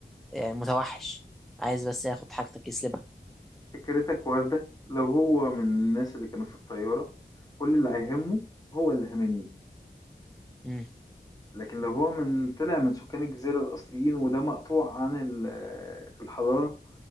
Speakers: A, in the centre; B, on the left (about 20°).
A: يعني متوحش عايز بس ياخد حاجتك يسلبها
B: فكرتك وردة لو هو من الناس اللي كانوا في الطيارة كل اللي هيهمه هو اللي هاممني
A: امم
B: لكن لو هو من طلع من سكان الجزيرة الأصليين وده مقطوع عن ال- الحضارة